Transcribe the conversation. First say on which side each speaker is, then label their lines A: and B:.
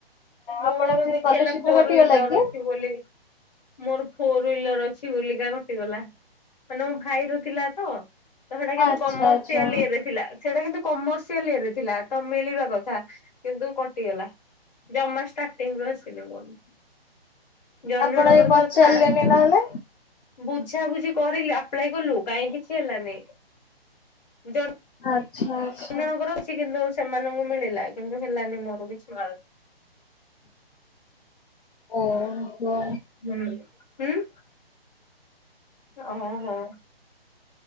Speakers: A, on the left (about 40°); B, on the left (about 60°).
A: ମୋ
B: ଆପଣ
A: ମୋର
B: ସେ
A: ଦେଖେଇଲା
B: ସ୍କଲାରସିପରେ
A: ଫୋର
B: କଟିଗଲା
A: ହ୍ୱିଲର
B: କି?
A: ଅଛି ବୋଲି ମୋର ଫୋର ହ୍ୱିଲର ଅଛି ବଲିକା କଟିଗଲା ମାନେ ମୋ ଭାଇ ର ଥିଲା ତ ତ ସେଇଟା କିନ୍ତୁ
B: ଆଚ୍ଛା
A: କମର୍ସିଆଲ
B: ଆଚ୍ଛା
A: ଇଏରେ ଥିଲା ସେଟା କିନ୍ତୁ କମର୍ସିଆଲ ଇଏରେ ଥିଲା ଥିଲା ତ ମିଳିବା କଥା କିନ୍ତୁ କଟିଗଲା ଜମା ଷ୍ଟାର୍ଟିଂରୁୁ ଆସିଲେ ବନି ଜଣ
B: ଆପଣ
A: ଜଣଙ୍କର
B: ଏ ପଚାରିଲେନି
A: ତ ଫାଷ୍ଟ
B: ନହେଲେ
A: ବୁଝାବୁଝି କରିଲୁ ଆପ୍ଲାଏ କଲୁ କାହିଁ କିଛି ହେଲାନି ଜ
B: ଆଚ୍ଛା ଆଚ୍ଛା।
A: ଅନ୍ୟ ଜଣଙ୍କର ଅଛି କିନ୍ତୁ ସେମାନଙ୍କୁ ମିଳିଲା କିନ୍ତୁ ହେଲାନି ମୋର କିଛି
B: ଓ ହ
A: ହୁଁ ହୁଁ ଓହୋ